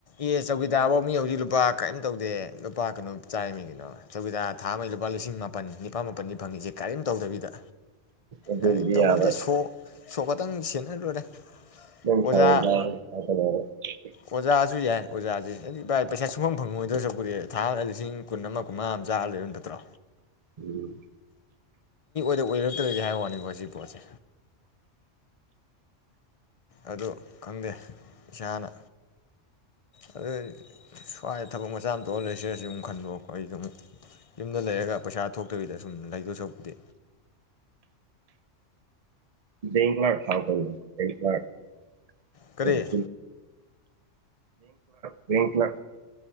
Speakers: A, on the left (about 40°); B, on the right (about 40°).
A: ꯑꯦ ꯆꯧꯀꯤꯗꯥꯔ ꯐꯧ ꯃꯤ ꯍꯧꯖꯤꯛ ꯂꯨꯄꯥ ꯀꯔꯤꯝ ꯇꯧꯗꯦ ꯂꯨꯄꯥ ꯀꯩꯅꯣ ꯆꯥꯔꯝꯃꯤ ꯀꯅꯣ ꯆꯧꯀꯤꯗꯥꯔ ꯊꯥ ꯑꯃꯒꯤ ꯂꯨꯄꯥ ꯂꯤꯁꯤꯡ ꯃꯥꯄꯟ ꯅꯤꯄꯥ ꯃꯥꯄꯟꯅꯤ ꯐꯪꯉꯤꯁꯦ ꯀꯔꯤꯝ ꯇꯧꯗꯕꯤꯗ
B: ꯑꯗꯨꯕꯨꯗꯤ
A: ꯀꯔꯤꯝ ꯇꯧꯕ
B: ꯌꯥꯕ
A: ꯅꯠꯇꯦ ꯁꯣ ꯁꯣ ꯈꯇꯪ ꯁꯦꯟꯅ ꯂꯣꯏꯔꯦ
B: <unintelligible>
A: ꯑꯣꯖꯥ ꯑꯣꯖꯥꯁꯨ ꯌꯥꯏ ꯑꯣꯖꯥꯁꯦ ꯑꯩ ꯚꯥꯏ ꯄꯩꯁꯥ ꯁꯨꯡꯐꯝ ꯐꯪꯉꯣꯏꯗ ꯁꯔꯨꯛꯄꯨꯗꯤ ꯊꯥ ꯑꯃꯗ ꯂꯤꯁꯤꯡ ꯀꯨꯟ ꯑꯃ ꯀꯨꯟꯃꯥ ꯑꯃ ꯆꯥꯔ ꯂꯩꯕꯅ ꯐꯠꯇ꯭ꯔꯣ
B: ꯎꯝ
A: ꯑꯗ ꯑꯣꯏꯔꯛꯇ꯭ꯔꯗꯤ ꯍꯥꯏꯕ ꯋꯥꯅꯤꯀꯣ ꯁꯤ ꯄꯣꯠꯁꯦ ꯑꯗꯨ ꯈꯪꯗꯦ ꯏꯁꯥꯅ ꯑꯗꯨꯒ ꯁ꯭ꯋꯥꯏꯗ ꯊꯕꯛ ꯃꯆꯥ ꯑꯃ ꯇꯧꯔ ꯂꯩꯁꯤꯔ ꯑꯃꯨꯛ ꯈꯟꯕ ꯑꯩꯗꯣ ꯌꯨꯝꯗ ꯂꯩꯔꯒ ꯄꯩꯁꯥ ꯊꯣꯛꯇꯕꯤꯗ ꯁꯨꯝ ꯂꯩꯗꯣꯏ ꯁꯔꯨꯛꯄꯨꯗꯤ
B: ꯕꯦꯡ ꯀ꯭ꯂꯥꯛ ꯊꯥꯎ ꯀꯩꯅꯣ ꯕꯦꯡ ꯀ꯭ꯂꯥꯛ <unintelligible>
A: ꯀꯔꯤ
B: ꯗꯕꯜ ꯐꯥꯏ ꯗꯕꯜ ꯐ꯭ꯕꯥ